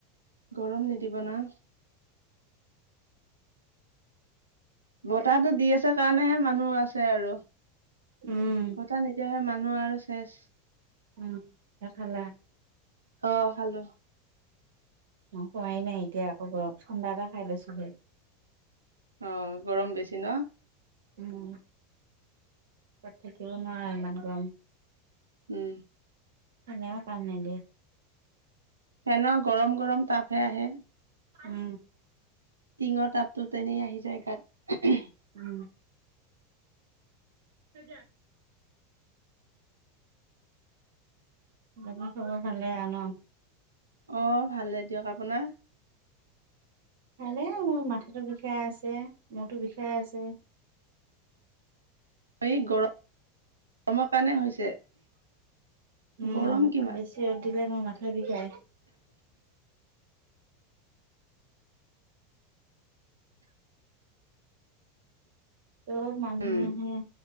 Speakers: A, on the right; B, on the right.
A: গৰম নিদিব না বতাহটো দি আছে কাৰণেহে মানুহ আছে আৰু
B: উম
A: পত নিদিয়াহে মানুহ আৰু চেচ
B: উম! ভাত খালা
A: অ খালো
B: অ খোৱাই নাই এতিয়া আকৌ ব ঠাডা এটা খাই লৈছোহে
A: অ গৰম বেছি ন
B: উ তাত থাকিব নোৱাৰে ইমান গম
A: উম!
B: আনে ম কাম নিদিয়ে।
A: ফেনৰ গৰম গৰম তাপহে আহে।
B: উম!
A: টিঙৰ টাপতো তেনেই আহি যায় গাত।
B: উম! তুজান। আৰু বাকী খবৰ ভালে আন।
A: অ ভালে দিয়ক আপোনাৰ।
B: কেলে মোৰ মাথাটো বিষাই আছে মোৰো বিষাই আছে
A: সেই গৰম গৰমৰ কাৰণে হৈছে
B: উম
A: গৰম কিমান?
B: বেছি ৰ'দ দিলে মোৰ মাথা বিষাই চব মানুহেহে
A: উম